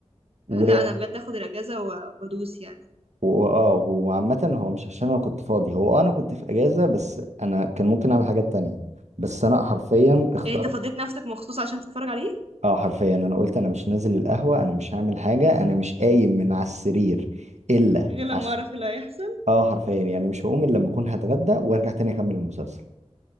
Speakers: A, on the right; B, on the right.
A: و
B: آه، لا انا بجد اخد الاجازة و... وادوس يعني
A: واه وعامة هو مش عشان انا كنت فاضي هو آه انا كنت في اجازة بس انا كان ممكن اعمل حاجات تانية بس انا حرفيا اخترت
B: يعني انت فضيت نفسك مخصوص عشان تتفرج عليه
A: اه حرفيا انا قلت انا مش نازل القهوة انا مش هعمل حاجة انا مش قايم من على السرير الا
B: غير لما
A: عشان
B: اعرف اللي هيحصل
A: اه حرفيا يعني مش هقوم الا لما اكون هتغدى وارجع تاني اكمل المسلسل